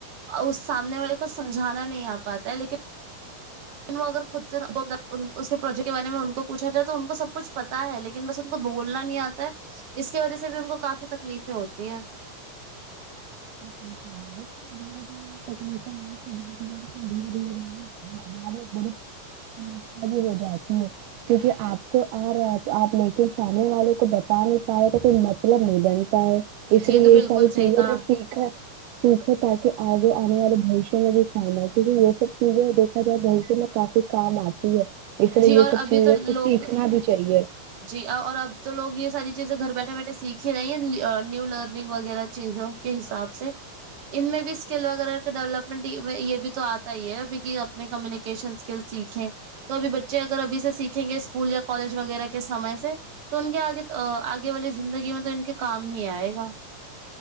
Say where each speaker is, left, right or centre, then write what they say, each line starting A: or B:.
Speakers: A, on the right; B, on the right.
A: اس سامنے والے کو سمجھانا نہیں آ پاتا ہے لیکن لیکن وہ اگر خود سے کے پروجیکٹ کے بارے میں ان کو پوچھا جائے تو ان کو سب کچھ پتا ہے ل لیکن بس ان کو بولنا نہیں آتا ہے اس کی وجہ سے بھی ان کو کافی تکلیفیں ہوتی ہیں
B: ولیکم <inaudible> <unintelligible> میں ایک بڑی سمسیا بھی ہو جاتی ہے کیونکہ آپ کو اور آپ سامنے والے کو بتا نہیں پا رہے تو کوئی مطلب نہیں بنتا ہے اس
A: جی
B: لیے
A: تو بالکل
B: یہ ساری
A: صحیح
B: چیزیں
A: کہا
B: تو ٹھیک ہے چیزوں تاکہ آگے آنے والے بھوشیہ میں بھی کام آئے کیونکہ یہ سب چیزیں دیکھا جائے بھوشیہ میں کافی سے کام آتی ہے اس لیے
A: جی
B: یہ
A: اور
B: سب
A: ابھی
B: چیزیں
A: تو لوگ
B: سیکھنا بھی چاہیے
A: جی اور اب تو لوگ یہ ساری چیزیں گھر بیٹھے بیٹھے سیکھ ہی رہی ہیں نیو لرننگ وغیرہ چیزیں کے حساب سے ان میں بھی اسکل وغیرہ کے ڈیولپمنٹ یہ بھی تو آتا ہی ہے بیگننگ کمیونیکیشن اسکل سیکھیں تو ابھی بچے اگر ابھی سے سیکھیں گے اسکول یا کالج وغیرہ کے سمے سے تو ان کے آگے آگے والے زندگی میں تو ان کے کام ہی آئے گا